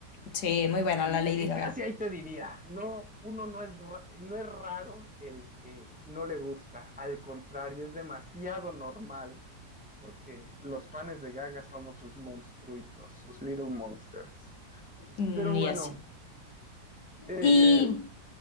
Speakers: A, on the left (about 70°); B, in the centre.
A: sí, muy buena
B: Y,
A: la Lady
B: y
A: Gaga.
B: casi ahí te diría, no, uno no es, ra- no es raro el que no le gusta, al contrario, es demasiado normal, porque los fans de Gaga somos sus monstruitos, sus little monsters.
A: Mm,
B: Pero bueno,
A: y así.
B: eh,
A: Y